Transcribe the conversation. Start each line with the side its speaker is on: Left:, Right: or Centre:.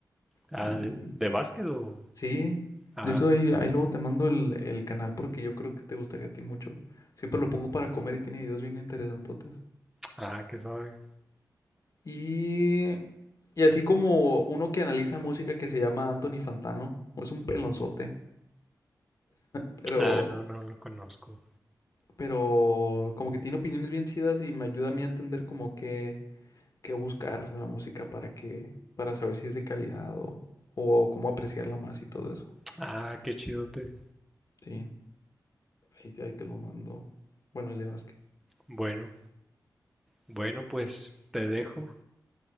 Centre: Ah,
Left: Y
Centre: ¿de, de básquet o...?
Left: sí,
Centre: Ah,
Left: de hecho ahí, ahí luego te mando el, el canal porque yo creo que te gustaría a ti mucho. Siempre lo pongo para comer y tiene videos bien interesantotes.
Centre: ah, qué sabe.
Left: Y, y así como uno que analiza música que se llama Anthony Fantano, es un pelonzote, pero,
Centre: Ah, no, no lo conozco.
Left: pero como que tiene opiniones bien chidas y me ayuda a mí a entender como que qué buscar en la música para que, para saber si es de calidad o, o cómo apreciarla más y todo eso.
Centre: Ah, qué chidote.
Left: Sí, ahí, ahí te lo mando. Bueno, el de básquet.
Centre: Bueno. Bueno, pues te dejo